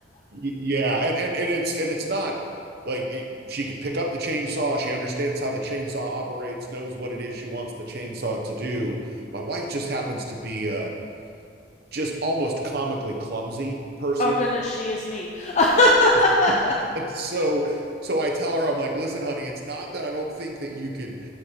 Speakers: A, on the right; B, on the left.
A: Y- yeah, and and and it's and it's not like it- she could pick up the chainsaw. She understands how the chainsaw operates, knows what it is she wants the chainsaw to do. My wife just happens to be a just almost comically clumsy
B: <laughs>
A: person.
B: oh, goodness, she is me. <laughs>
A: <laughs> And so so I tell her, I'm like, listen, honey, it's not that I don't think that you could.